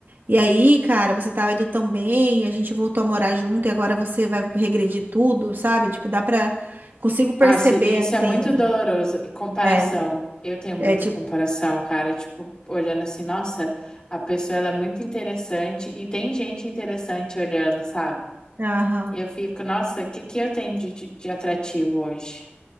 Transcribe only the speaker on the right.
E aí, cara, você tava indo tão bem, a gente voltou a morar junto e agora você vai regredir tudo, sabe? Tipo, dá pra. Consigo perceber
assim.
É,
é tipo.
Aham.